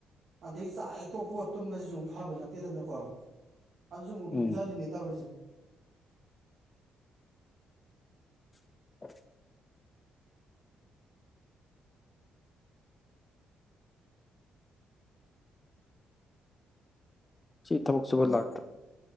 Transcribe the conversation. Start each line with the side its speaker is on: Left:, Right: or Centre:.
Right: ꯑꯗꯩ ꯆꯥꯛ ꯍꯦꯛ ꯇꯣꯛꯄꯒ ꯇꯨꯝꯕꯁꯤꯁꯨ ꯑꯃꯨꯛ ꯐꯕ ꯅꯠꯇꯦꯗꯅꯀꯣ ꯑꯗꯨꯁꯨ ꯑꯃꯨꯛ ꯇꯨꯝꯖꯜꯂꯤꯅꯤ
Left: ꯎꯝ
Right: ꯇꯧꯔꯤꯖꯦ
Left: <unintelligible> ꯁꯤ ꯊꯕꯛ ꯁꯨꯕ ꯂꯥꯛ